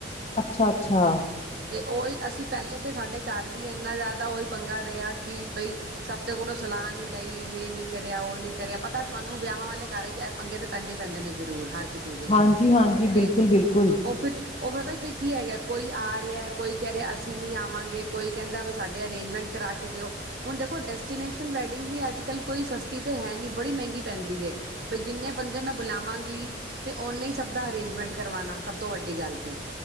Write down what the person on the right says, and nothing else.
ਤੇ ਉਹੀ ਅਸੀਂ ਪਹਿਲੇ ਤਾਂ ਸਾਡੇ ਘਰ ਵੀ ਇੰਨਾ ਜ਼ਿਆਦਾ ਉਹੀ ਪੰਗਾ ਰਿਹਾ ਕਿ ਬਈ ਸਭ ਦੇ ਕੋਲੋਂ ਸਲਾਹ ਨੀ ਲਈ ਇਹ ਨੀ ਕਰਿਆ ਉਹ ਨੀ ਕਰਿਆ ਪਤਾ ਤੁਹਾਨੂੰ ਵਿਆਹਾਂ ਵਾਲੇ ਘ ਪੰਗੇ ਤਾਂ ਪੈਂਦੇ ਹੀ ਪੈਂਦੇ ਨੇ ਜ਼ਰੂਰ ਹਰ ਕਿਸੇ ਦੇ
ਤੇ
ਉਹ ਫਿਰ ਉਹ ਪਤਾ ਕੀ ਹੈਗਾ ਕੋਈ ਆ ਰਿਹਾ ਕੋਈ ਕਹਿ ਰਿਹਾ ਅਸੀਂ ਨਹੀਂੀ ਆਵਾਂਗੇ ਕੋਈ ਕਹਿੰਦਾ ਵੀ ਸਾਡੇ ਅਰੇਂਜਮੈਂਟ ਕਰਾ ਕੇ ਦਿਓ ਹੁਣ ਦੇਖੋ ਡੈਸਟੀਨੇਸ਼ਨ ਵੈਡਿੰਗ ਵੀ ਅੱਜ ਕੱਲ੍ਹ ਕੋਈ ਸਸਤੀ ਤੇ ਹੈ ਨਹੀਂ, ਬੜੀ ਮਹਿੰਗੀ ਪੈਂਦੀ ਐ। ਬਈ ਜਿੰਨੇ ਬੰਦੇ ਮੈਂ ਬੁਲਾਵਾਂਗੀ ਤੇ ਉਹਨਾਂ ਹੀ ਸਭ ਦਾ ਅਰੇਂਜਮੈਂਟ ਕਰਵਾਉਣਾ ਸਭ ਤੋਂ ਵੱਡੀ ਗੱਲ ਤੇ।